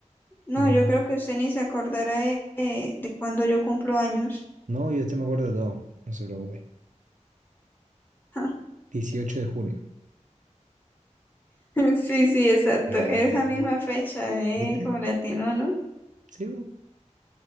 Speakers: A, on the left (about 15°); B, on the right (about 85°).
A: No,
B: igualmente.
A: yo creo que usted ni se acordará de, de, de cuando yo cumplo años.
B: No, yo te me acuerdo de todo. No se preocupe.
A: <laughs>
B: 18 de junio.
A: Sí, sí, exacto.
B: Bien.
A: Esa misma fecha, eh,
B: ¿Viste?
A: como latino, ¿no?
B: Sí, bu,